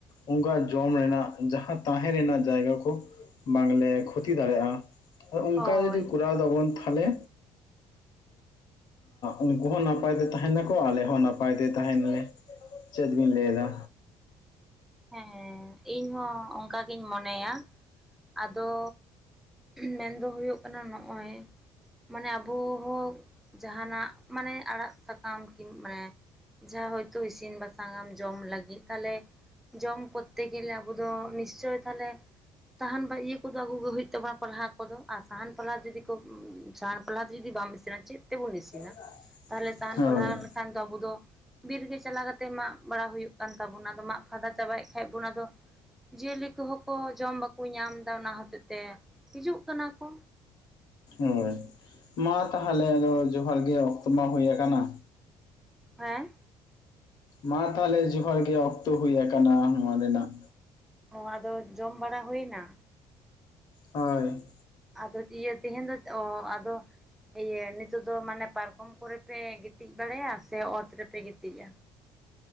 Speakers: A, on the left (about 50°); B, in the centre.
A: <unintelligible> ᱡᱚᱢ ᱨᱮᱱᱟᱜ ᱡᱟᱦᱟᱸ ᱛᱟᱦᱮᱸ ᱨᱮᱱᱟᱜ ᱡᱟᱭᱜᱟ ᱠᱚ ᱵᱟᱝᱞᱮ ᱠᱷᱚᱛᱤ ᱫᱟᱲᱮᱭᱟᱜ- ᱟ᱾ ᱚᱱᱠᱟ
B: ᱦᱳᱭ
A: ᱡᱚᱫᱤ ᱠᱚᱨᱟᱣ ᱫᱟᱵᱚᱱ ᱛᱟᱦᱚᱞᱮ ᱩᱱᱠᱩ ᱦᱚᱸ ᱱᱟᱯᱟᱭ ᱛᱮ ᱛᱟᱦᱮᱱᱟᱠᱚ ᱟᱞᱮ ᱦᱚᱸ ᱱᱟᱯᱟᱭ ᱛᱮ ᱛᱟᱦᱮᱱᱟᱞᱮ ᱪᱮᱫ ᱵᱤᱱ ᱞᱟᱹᱭ ᱮᱫᱟ?
B: ᱦᱮᱸ ᱤᱧᱦᱚ ᱚᱱᱠᱟ ᱜᱤᱧ ᱢᱚᱱᱮᱭᱟ ᱟᱫᱚ ᱢᱮᱱ ᱫᱚ ᱦᱩᱭᱩᱜ ᱠᱟᱱᱟ ᱱᱚᱜ-ᱚᱭ ᱢᱟᱱᱮ ᱟᱵᱚ ᱦᱚᱸ ᱡᱟᱦᱟᱱᱟᱜ ᱢᱟᱱᱮ ᱟᱲᱟᱜ ᱥᱟᱠᱟᱢ ᱠᱤ ᱢᱟᱱᱮ ᱡᱟᱦᱟᱸ ᱦᱚᱭᱛᱳ ᱤᱥᱤᱱ ᱵᱟᱥᱟᱝᱟᱢ ᱡᱚᱢ ᱞᱟᱹᱜᱤᱫ ᱛᱟᱦᱚᱞᱮ ᱡᱚᱢ ᱠᱚᱨᱛᱮ ᱜᱮᱞᱮ ᱟᱵᱚ ᱫᱚ ᱱᱤᱥᱪᱚᱭ ᱛᱟᱦᱚᱞᱮ ᱥᱟᱦᱟᱱ ᱵᱟ ᱤᱭᱟᱹ ᱠᱚᱫᱚ ᱟᱹᱜᱩ ᱜᱮ ᱦᱩᱭᱩᱜ ᱛᱟᱵᱚᱱᱟ ᱯᱟᱞᱦᱟ ᱠᱚᱫᱚ ᱟᱨ ᱥᱟᱦᱟᱱ ᱯᱟᱞᱦᱟ ᱡᱩᱫᱤ ᱠᱚ ᱥᱟᱦᱟᱱ ᱯᱷᱟᱞᱦᱟ ᱛᱮ ᱡᱩᱫᱤ ᱵᱟᱢ ᱤᱥᱤᱱᱟ ᱪᱮᱫ ᱛᱮᱵᱚᱱ ᱤᱥᱤᱱᱟ?
A: <unintelligible>
B: ᱛᱟᱦᱚᱞᱮ ᱥᱟᱦᱟᱱ
A: ᱦᱳᱭ
B: ᱯᱟᱞᱦᱟ ᱞᱮᱠᱷᱟᱱ ᱫᱚ ᱟᱵᱚ ᱫᱚ ᱵᱤᱨ ᱜᱮ ᱪᱟᱞᱟᱣ ᱠᱟᱛᱮ ᱢᱟᱜ ᱵᱟᱲᱟ ᱦᱩᱭᱩᱜ ᱠᱟᱱ ᱛᱟᱵᱚᱱᱟ ᱟᱫᱚ ᱢᱟᱜ ᱯᱷᱟᱫᱟ ᱪᱟᱵᱟᱭᱮᱫ ᱠᱷᱟᱡ ᱵᱚ ᱚᱱᱟᱫᱚ ᱡᱤᱭᱟᱹᱞᱤ ᱠᱚᱦᱚᱸ ᱠᱚ ᱡᱚᱢ ᱵᱟᱠᱚ ᱧᱟᱢ ᱫᱟ ᱚᱱᱟ ᱦᱚᱛᱮᱜ ᱛᱮ ᱦᱤᱡᱩᱜ ᱠᱟᱱᱟ ᱠᱚ᱾
A: ᱦᱳᱭ ᱢᱟ ᱛᱟᱦᱚᱞᱮ ᱟᱫᱚ ᱡᱚᱦᱟᱨ ᱜᱮ ᱚᱠᱛᱚ ᱢᱟ ᱦᱩᱭ ᱟᱠᱟᱱᱟ᱾
B: ᱦᱮᱸ
A: ᱢᱟ ᱛᱟᱦᱚᱞᱮ ᱡᱚᱦᱟᱨ ᱜᱤ ᱚᱠᱛᱚ ᱦᱩᱭ ᱟᱠᱟᱱᱟ ᱱᱚᱣᱟ ᱨᱮᱱᱟᱜ᱾
B: ᱚ ᱟᱫᱚ ᱡᱚᱢ ᱵᱟᱲᱟ ᱦᱩᱭᱱᱟ?
A: ᱦᱳᱭ
B: ᱟᱫᱚ ᱤᱭᱟᱹ ᱛᱮᱦᱮᱧ ᱫᱚ᱾ ᱚ ᱟᱫᱚ ᱤᱭᱟᱹ ᱱᱤᱛᱚᱜ ᱫᱚ ᱢᱟᱱᱮ ᱯᱟᱨᱠᱚᱢ ᱠᱚᱨᱮ ᱯᱮ ᱜᱤᱛᱤᱡ ᱵᱟᱲᱟᱭᱟ ᱥᱮ ᱚᱛ ᱨᱮᱯᱮ ᱜᱤᱛᱤᱡᱟ?